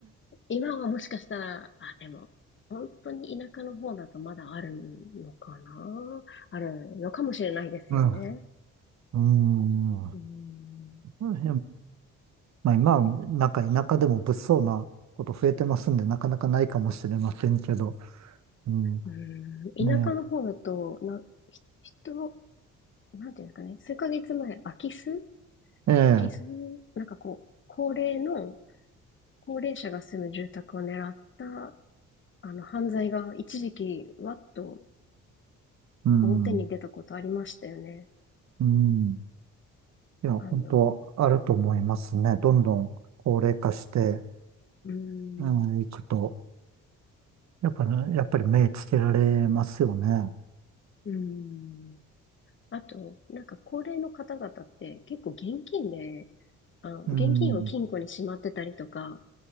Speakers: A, on the left (about 40°); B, on the right (about 65°).
A: 今はもしかしたら、あ、でも、本当に田舎の方だとまだあるのかなあるのかもしれないですよね。
B: うん。うん。
A: うん。
B: うん。まあ今はなんか田舎でも物騒なこと増えてますんで、なかなかないかもしれませんけど。うん。
A: うん。田舎の方だと、
B: ね
A: な、ひ人、なんていうんですかね。数ヶ月前、空き巣
B: え。ええ。
A: 空き巣なんかこう、高齢の、高齢者が住む住宅を狙ったあの、犯罪が一時期、わっと
B: うん。
A: 表に出たことありましたよね。
B: うん。いや、本当あると思いますね。
A: あの、
B: どんどん高齢化して、
A: うーん、
B: うん、いくと、やっぱり、やっぱり目つけられますよね。
A: うーん。あと、なんか高齢の方々って結構現金で、あ、現金を金庫にしまってたりとか
B: うん。